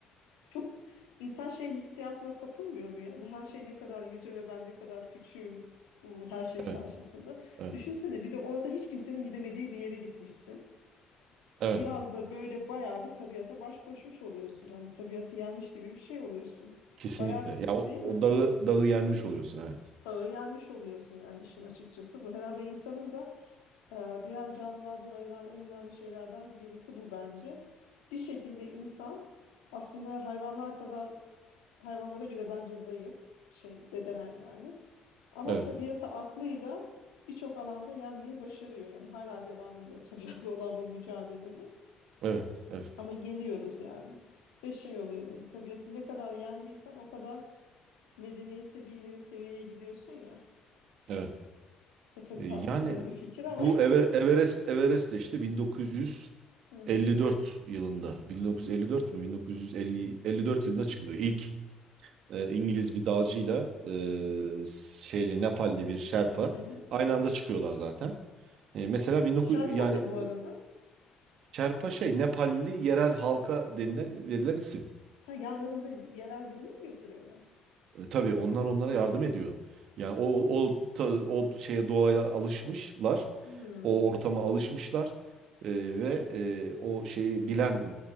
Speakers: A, on the left; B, on the right.
A: Çok insan şey hissiyatına kapılmıyor mu? Yani her şey ne kadar yüce ve ben ne kadar küçüğüm bu her şey
B: Evet.
A: karşısında.
B: Evet.
A: Düşünsene bir de orada hiç kimsenin gidemediği bir yere gitmişsin.
B: Evet.
A: Biraz da böyle bayağı bir tabiata baş koşmuş oluyorsun. Yani tabiatı yenmiş gibi bir şey oluyorsun.
B: Kesinlikle.
A: Bayağı
B: Ya o,
A: değil mi?
B: o dağı dağı yenmiş oluyorsun evet.
A: Dağı yenmiş oluyorsun yani işin açıkçası bu. Herhalde insanın da e, diğer canlılardan ayıran en önemli şeylerden birisi bu bence. Bir şekilde insan aslında hayvanlar kadar hayvanlara göre bence zayıf şey bedenen yani. Ama
B: Evet,
A: tabiata aklıyla birçok alanda yenmeyi başarıyor. Yani hala devam ediyor <laughs> tabiatla olan bu mücadelemiz.
B: evet, evet,
A: Ama yeniyoruz yani. Ve şey oluyor böyle tabiatı ne kadar yendiysen o kadar medeniyette bir ileri seviyeye gidiyorsun ya.
B: evet.
A: Bu tabii
B: E,
A: tartışmalı
B: Yani
A: bir fikir ama.
B: bu Ever, Everest, Everest de işte 1954
A: <laughs> Hı hı.
B: yılında, 1954 mü? 1950, 54 yılında çıkılıyor. İlk e, İngiliz bir dağcıyla e, şeyli Nepalli bir Şerpa
A: Hı hı.
B: aynı anda çıkıyorlar zaten. E, mesela 19
A: Şarpan
B: yani
A: ne bu
B: o
A: arada?
B: Şerpa şey Nepalli yerel halka denilen verilen isim.
A: Ha yanlarında yerel birini mi götürüyorlar?
B: E, tabii onlar onlara yardım ediyor. Yani o o ta- o şeye doğaya alışmışlar.
A: Hmm.
B: o ortama alışmışlar Ee, ve e, o şeyi bilen